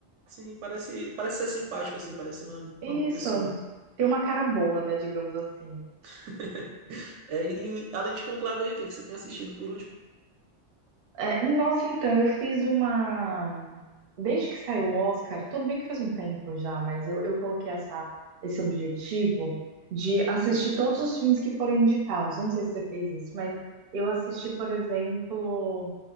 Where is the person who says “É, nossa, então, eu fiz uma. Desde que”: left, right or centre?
Right